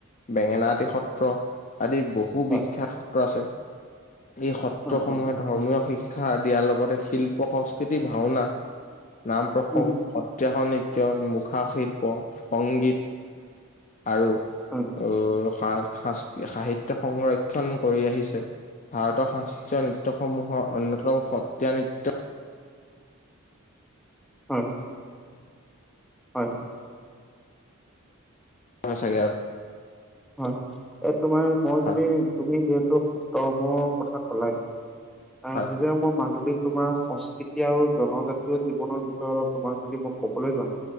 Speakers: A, on the left; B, in the centre.
A: বেঙেনাআটী সত্ৰ সত্ৰ, আদি বহু
B: হয়
A: বিখ্যাত সত্ৰ আছে। এই সত্ৰসমূহে
B: হয় হয়
A: ধৰ্মীয় শিক্ষা দিয়াৰ লগতে শিল্প সংস্কৃতি ভাওনা, নাম প্ৰসংগ
B: উম,
A: সত্ৰীয়া নৃত্য, মুখা শিল্প, সংগীত
B: উম,
A: আৰু
B: হয়,
A: আৰু সা সাচ-সাহিত্য সংৰক্ষণ কৰি আহিছে। ভাৰতৰ শাস্ত্ৰীয় নৃত্যসমূহৰ অন্যতম সত্ৰীয়া নৃত্য
B: হয়। হয়।
A: হয় চাগে আৰু
B: হয়, এ তোমাৰ মই যদি
A: হয়
B: তুমি যিহেতু সত্ৰসমূহৰ কথা কলাই আ,
A: হয়
B: তেতিয়া <unintelligible> মই মাজুলী তোমাৰ সংস্কৃতি আৰু জনজাতীয় জীৱনৰ বিষয়ে অলপ তোমাক যদি মই ক'বলে যাওঁ